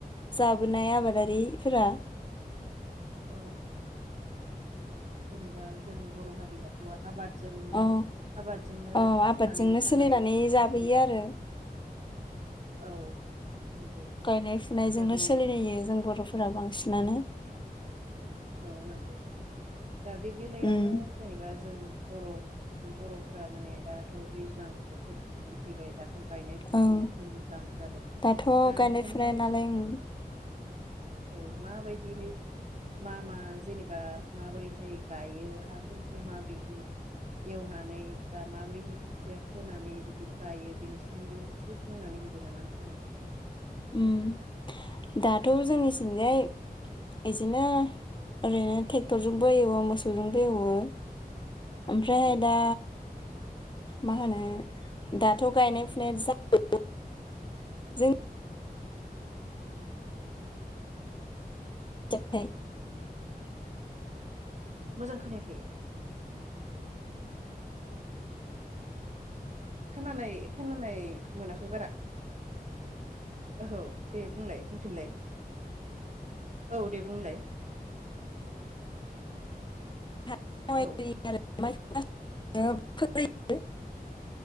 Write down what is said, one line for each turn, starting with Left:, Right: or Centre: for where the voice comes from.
Left: जाबोनाय आबादारिफोरा
Right: औ जेनेबा जों बर' हारियाथ' आबादजोंनो
Left: औ
Right: आबादजोंनो
Left: औ आबादजोंनो
Right: थांनानै थानाय
Left: सोलिनानै जाबोयो
Right: बे
Left: आरो
Right: औ नंगौ
Left: गायनाय फुनायजोंनो
Right: दा बे
Left: सोलिलायो जों बर' फोरा बांसिनानो
Right: औ नंगौ दा बे बेलायावनो
Left: उम
Right: जेनेबा जों बर' बर'फोरा माने दाथ' दैज्लां बोथोर मोनफैबाय दाथ' गायनाय फुनानै
Left: ओं
Right: थुम थाम जादों
Left: दाथ'
Right: दा
Left: गायनाय
Right: नोंथांमोननिथिं
Left: फुनाय नालाय उम
Right: औ माबायदिहाय मा मा जेनेबा माबोरैहाय गायो हाफोरखौ माबोरैहाय एवनानै बा माबोरैहाय खोथिया फोनानै बिदि गायो बिनि सोमोन्दै एसे बुंनानै होदो नामा नोंथाङा
Left: उम दाथ' जोंनिथिंजाय इदिनो ओरैनो टे टरजोंबो एवो मोसौजोंबो एवो ओमफ्रायहाय
Right: औ
Left: दा मा होनो दाथ' गायनाय फुनाय जा जों <unintelligible> <unintelligible>
Right: मोजां खोनायाखै खोनानाय खोनानाय मोनाखै बारा ओहो दे बुंलाय बुंफिनलाय औ दे बुंलाय
Left: <unintelligible>
Right: औ
Left: <unintelligible>